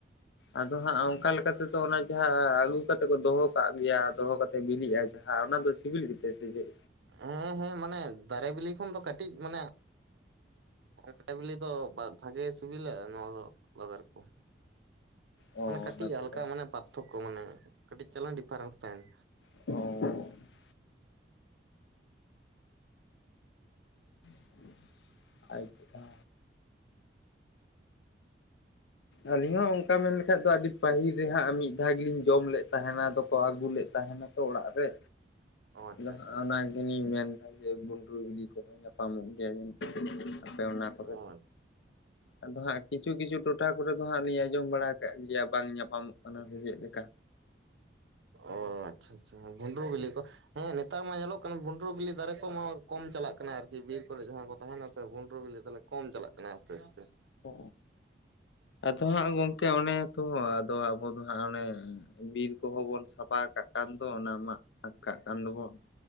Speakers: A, on the left (about 75°); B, on the right (about 85°).
A: ᱟᱫᱚ ᱦᱟᱸᱜ ᱚᱱᱠᱟ ᱞᱮᱠᱟ ᱛᱮᱫᱚ ᱚᱱᱟ᱾ ᱡᱟᱸᱦᱟᱸ ᱟᱹᱜᱩ ᱠᱟᱛᱮ ᱠᱚ ᱫᱚᱦᱚ ᱠᱟᱜ ᱜᱮᱭᱟ, ᱫᱚᱦᱚ ᱠᱟᱛᱮ ᱵᱤᱞᱤᱜᱼᱟ ᱡᱟᱦᱟᱸ ᱚᱱᱟ ᱫᱚ ᱥᱤᱵᱤᱞ ᱜᱮᱛᱮ ᱥᱮ ᱪᱮᱫ?
B: ᱦᱮᱸ ᱦᱮᱸ ᱢᱟᱱᱮ ᱫᱟᱨᱮ ᱵᱤᱞᱤ ᱠᱷᱚᱱ ᱫᱚ ᱠᱟᱹᱴᱤᱡ ᱢᱟᱱᱮ ᱴᱟᱴᱠᱟ ᱵᱤᱞᱤ ᱫᱚ ᱵᱷᱟᱜᱮ ᱥᱤᱵᱤᱞᱟ, ᱱᱚᱣᱟ ᱫᱚ ᱟᱞᱟᱫᱟ ᱨᱚᱠᱚᱢ᱾
A: ᱚ
B: ᱢᱟᱱᱮ ᱠᱟᱹᱴᱤᱡ
A: ᱟᱪᱪᱷᱟ
B: ᱦᱟᱞᱠᱟ ᱢᱟᱱᱮ ᱯᱟᱨᱛᱷᱚᱠᱠᱚ ᱢᱟᱱᱮ, ᱠᱟᱹᱴᱤᱡ ᱪᱟᱞᱟᱝ ᱰᱤᱯᱷᱟᱨᱮᱱᱥ ᱛᱟᱦᱮᱱᱟ᱾
A: ᱚ <inaudible> ᱟᱪᱪᱷᱟ ᱟᱹᱞᱤᱧ ᱦᱚᱸ ᱚᱱᱠᱟ ᱢᱮᱱ ᱞᱮᱠᱷᱟᱡ ᱫᱚ ᱟᱹᱰᱤ ᱯᱟᱹᱦᱤᱞ ᱨᱮᱦᱟᱸᱜ ᱢᱤᱫ ᱫᱷᱟᱣ ᱜᱮᱞᱤᱧ ᱡᱚᱢ ᱞᱮᱫ ᱛᱟᱦᱮᱱᱟ ᱟᱫᱚ ᱠᱚ ᱟᱹᱜᱩ ᱞᱮᱫ ᱛᱟᱦᱮᱱᱟ᱾ ᱛᱚ ᱚᱲᱟᱜ ᱨᱮ᱾
B: ᱚ ᱟᱪᱪᱷᱟ
A: ᱟᱫᱚ ᱦᱟᱸ
B: ᱟᱪᱪᱷᱟ
A: ᱚᱱᱟ ᱜᱮᱞᱤᱧ ᱢᱮᱱᱫᱟ ᱡᱮ ᱵᱩᱱᱰᱨᱩ ᱵᱤᱞᱤ ᱠᱚᱦᱚᱸ ᱧᱟᱯᱟᱢᱚᱜ ᱜᱮᱭᱟ ᱡᱟᱱᱤᱡ᱾ ᱟᱯᱮ ᱚᱱᱟ ᱠᱚᱨᱮ,
B: ᱚ
A: ᱟᱫᱚ ᱦᱟᱸᱜ ᱠᱤᱪᱷᱩ ᱠᱤᱪᱷᱩ ᱴᱚ ᱴᱚᱴᱷᱟ ᱠᱚᱨᱮ ᱫᱚ ᱦᱟᱸᱜ ᱞᱤᱧ ᱟᱸᱡᱚᱢ ᱵᱟᱲᱟ ᱟᱠᱟᱫ ᱜᱮᱭᱟ ᱵᱟᱝ ᱧᱟᱯᱟᱢᱚᱜ ᱠᱟᱱᱟ ᱥᱮ ᱪᱮᱫ ᱞᱮᱠᱟ᱾
B: ᱚ ᱟᱪᱪᱷᱟ ᱟᱪᱪᱷᱟ ᱵᱷᱩᱰᱨᱩ ᱵᱤᱞᱤ ᱠᱚ᱾ ᱦᱮᱸ ᱱᱮᱛᱟᱨ ᱢᱟ ᱧᱮᱞᱚᱜ ᱠᱟᱱᱟ ᱵᱷᱩᱸᱰᱨᱩ ᱵᱤᱞᱤ ᱫᱟᱨᱮ ᱠᱚᱢᱟ ᱠᱚᱢ ᱪᱟᱞᱟᱜ ᱠᱟᱱᱟ ᱟᱨᱠᱤ ᱵᱤᱨ ᱠᱚᱨᱮ ᱡᱟᱸᱦᱟᱸ ᱠᱚ ᱛᱟᱦᱮᱱᱟ ᱥᱮ ᱵᱩᱱ ᱰᱨᱩ ᱵᱤᱞᱤ ᱛᱟᱦᱞᱮ ᱠᱚᱢ ᱪᱟᱞᱟᱜ ᱠᱟᱱᱟ ᱟᱥᱛᱮ ᱟᱥᱛᱮ᱾
A: ᱚ ᱟᱫᱚ ᱦᱟᱸᱜ ᱜᱚᱝᱠᱮ ᱚᱱᱮ ᱛᱚ ᱟᱫᱚ ᱟᱵᱚ ᱫᱚ ᱦᱟᱸᱜ ᱚᱱᱮ᱾ ᱵᱤᱨ ᱠᱚᱦᱚᱸ ᱵᱚᱱ ᱥᱟᱯᱷᱟ ᱠᱟᱜ ᱠᱟᱱ ᱫᱚ ᱚᱱᱟ ᱢᱟᱜ ᱯᱷᱟᱠ ᱠᱟᱜ ᱠᱟᱱ ᱫᱚᱵᱚᱱ᱾